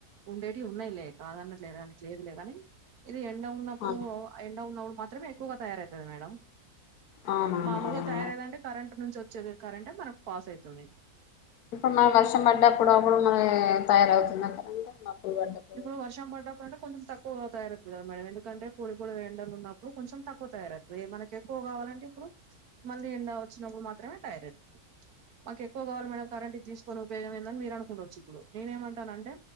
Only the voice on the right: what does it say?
ఉండేటివి ఉన్నాయిలే కాదన్న లే లేదులే కాని ఇది ఎండ ఉన్నప్పుడు
ఎండ ఉన్నప్పుడు మాత్రమేక్కుగా తయారవుతది మేడం
మామూలుగా తయారైదంటే కరెంట్ నుంచి వచ్చేది కరెంటే మనకు పాస్ అవుతుంది
ఇప్పుడు వర్షం పడ్టప్పు కొంచెం తక్ ఎకువ తయారువుతు కదా మేడం ఎందుకంటే పొడి పొడి ఎండలు ఉన్నప్పుడు కొంచం తక్కువ తయారవుతుంది మనకి ఎక్కువ కావాలంటే ఇప్పుడు మళ్ళీ ఎండా వచ్చిన్డు మాత్రమే తారైత్ మాకు ఎక్కువ కావాలి మేడం కరెంట్ ఇచ్చేసి పోరు బేగమేంది మీరు అనుకుంటవచ్చు ఇప్పుడు నేనునేమంటా అంటే